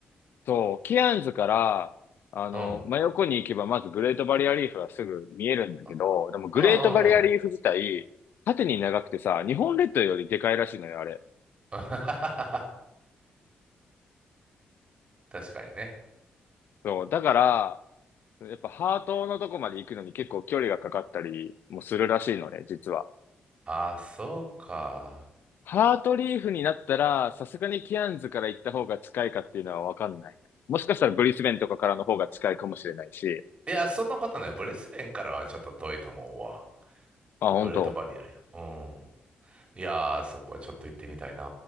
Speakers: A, on the left (about 75°); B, on the right (about 30°).
A: そう、ケアンズから、あの、
B: うん。
A: 真横に行けばまずグレートバリアリーフはすぐ見えるんだけど、
B: あ
A: でもグレートバリアリーフ自体、
B: うんうんうん。
A: 縦に長くてさ、日本列島よりでかいらしいのよ、あれ。
B: <laughs> 確かにね。
A: そう、だから、やっぱハートのとこまで行くのに結構距離がかかったりもするらしいのね、実は。
B: あ、そうか。
A: ハートリーフになったら、さすがにケアンズから行った方が近いかっていうのはわかんないな。もしかしたらブリスベンとかからの方が近いかもしれないし。
B: いや、そんなことない。ブリスベンからはちょっと遠いと思うわ。
A: あ、
B: グレートバリアルよ。
A: 本当。
B: うん。いやー、そこはちょっと行ってみたいな。